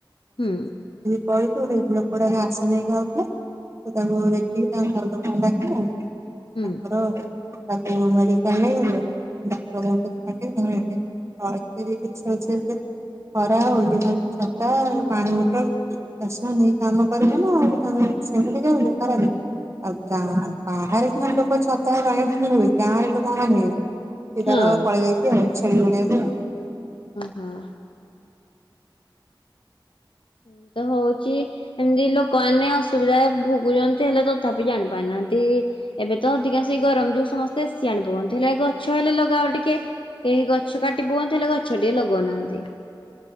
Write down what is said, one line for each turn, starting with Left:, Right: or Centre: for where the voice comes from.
Left: ହୁଁ
Right: <unintelligible> ତଳୁକୁ ଗୋଟେ ଲୋକଟା ଘାସ ନେଇକି ଆଉଥିଲେ ସେ ତାଙ୍କୁ ଦେଖିକି ତାଙ୍କ ଘର ଲୋକଙ୍କୁ ଡାକ <unintelligible>
Left: ହୁଁ
Right: ତାଙ୍କର ତାକୁ ମେଡିକାଲ ନେଇଗଲେ ଡାକ୍ତରଙ୍କ ପାଖେ ସେମାନେ ଆଡମିଟ ପଇଁତିରିଶି ଛୁଇଁ ଛୁଇଁକା ଖରା ହଉଛି। ଛତା, ପାଣି ବୋଟଲ, ଚଷମା ନେଇ କାମ କରିବନା ଆହୁରୀ ତମେ ସେମିତି ଯାଉନି <unintelligible> ଆଉ ଗାଁ ବାହାରେ ସିନା ଲୋକ ଛତା, ପାଣିବୋତଲ ନେବେ ଗାଁରେ ଲୋକମାନେ ସେ
Left: ହଁ
Right: ତାର ପଳେଇ ଯାଇଛି ଆଉ ଛେଳି ଗୋଡେଇବା ପାଇଁ।
Left: ଆହାଃ। ମୁଁ ତ ହଉଛି ଏମିତି ଲୋକମାନେ ଅସୁବିଧା ଭୁଗୁଛନ୍ତି ହେଲେ ତଥାପି ଜାଣି ପାରୁନାହାନ୍ତି। ଏବେ ତ ଅଧିକାଂଶ ଏଇ ଗରମ ଯୋଗୁ ସମସ୍ତେ ଏ ସି ଆଣି ପକାଉଛନ୍ତି ହେଲେ ଗଛ ହେଲେ ଲଗାଅ ଟିକେ। କେହି ଗଛ କାଟି ପକଉଛନ୍ତି ହେଲେ ଗଛ ଟିଏ ଲଗଉନାହାନ୍ତି।